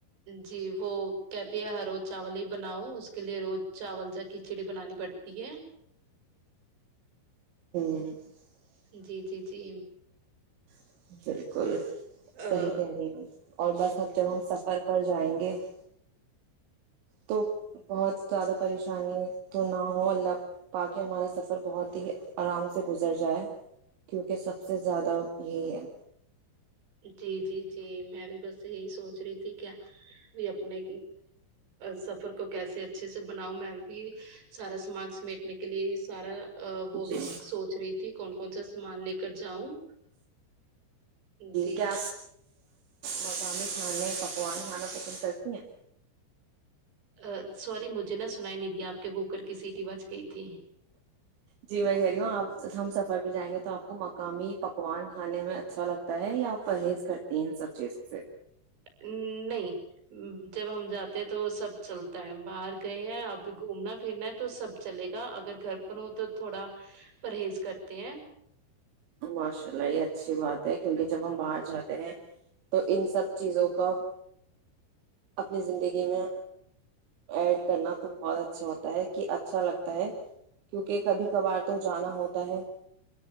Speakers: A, on the right (about 65°); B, on the right (about 85°).
A: جی وہ کہتی ہے ہر روز چاول ہی بناؤ اس کے لیے روز چاول جا کھچڑی بنانی کرڑتی ہے
B: <unintelligible>
A: جی جی جی
B: <unintelligible> بالکل صحیح
A: ا
B: کیا رہ اور بس اب جب ہم سفر پر جائیں گے <inaudible> تو بہت زیادہ پریشانی تو نہ ہو اللہ پاک ہمارا سفر بہت ہی آرام سے گزر جائے کیونکہ سب سے زیادہ یہی ہے
A: جی جی میں بھی دس یہی سوچ رہی تھی کیا بھی اپنے سفر کو کیسے اچھے سے بناؤں میں بھی سارا سامان سمیٹنے کے لیے سارا وہ
B: جی
A: بھی سوچ رہی تھی کون کون سا سامان لے کر جاؤں جی
B: کیا مقامی کھانے پکوان کھانا پسند کرتی ہیں
A: ا سوری مجھے نہا سنایا نہیں دیا آپ کے کوکر کی سیٹی وج گئی تھی
B: جی میں کہ رہی ہوں آپ ج ہم سفر پہ جائیں گے تو آپ کو مقامی پکوان کھانے میں اچھا لگتا ہے یا آپ پرہیز کرتی ہیں ان سب چیز سے
A: نہیں جب ہم جاتے ہیں تو سب چلتا ہے باہر گئے ہیں اب گھومنا پھرنا ہے تو سب چلے گا اگر گھر پر ہو تو تھوڑا پرہیز کرتے ہیں
B: ماشاء اللہ یہ اچھی بات ہے کیونکہ جب ہم باہر جاتے ہیں تو ان سب چیزوں کو اپنی زندگی میں ایڈ کرنا تو بہت اچھا ہوتا ہے کہ اچھا لگتا ہے کیونکہ کبھی کبھار تو جانا ہوتا ہے